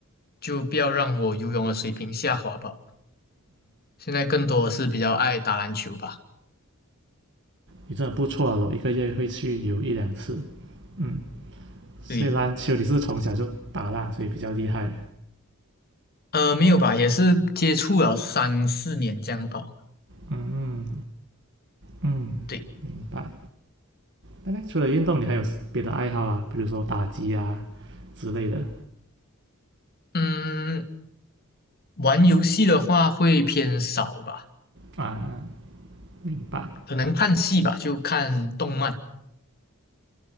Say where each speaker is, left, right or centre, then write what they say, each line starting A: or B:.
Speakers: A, on the left; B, on the right.
A: 就不要让我游泳的水平下滑吧。现在更多的是比较爱打篮球吧，
B: 你真的不错啊，我一个月会去游一两次。嗯，虽然球你是从小就打啦，
A: 对。
B: 所以比较厉害。
A: 呃，没有吧，也是接触了三四年这样吧。
B: 嗯嗯嗯，
A: 对，
B: 明白。那概除了运动，你还有别的爱好啊？比如说打机啊之类的
A: 嗯，玩游戏的话会偏少吧，
B: 啊？明白，
A: 可能看戏吧，就看动漫。